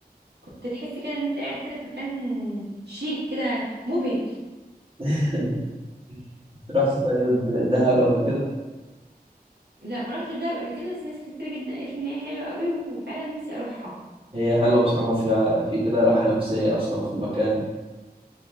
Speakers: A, on the right (about 85°); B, on the right (about 30°).
A: تحس كده ان انت قاعد كده في مكان شيك كده مبهج
B: <laughs> رحت طيب دهب قبل كده
A: لا ما رحتش دهب قبل كده بس ناس كتير جدا قالت لي ان هي حلوه قوي وفعلا نفسي اروحها
B: هي حلوه بصراحه وفيها في كده راحه نفسيه اصلا في المكان